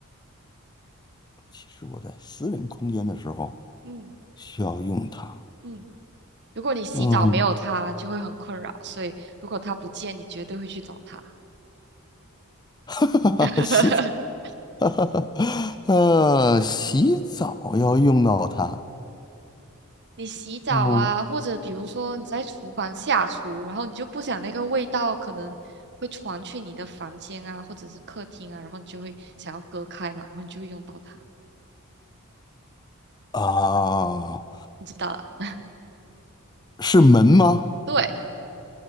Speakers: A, on the left; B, on the right.
A: 其实我在私人空间的时候
B: 嗯
A: 需要用它。
B: 嗯，如果你洗澡没有它，
A: 嗯，
B: 就会很困扰，所以如果它不见，你绝对会去找它。
A: <laughs> 哈哈，
B: <laughs>
A: 哈，洗澡，<laughs> 呃，洗澡要用到它。
B: 你洗澡啊，
A: 嗯
B: 或者比如说你在厨房下厨，然后你就不想那个味道可能会传去你的房间啊，或者是客厅啊，然后你就会想要隔开嘛，然后你就会用到它，
A: 啊，
B: 你知道啦？
A: 是门吗？
B: 对，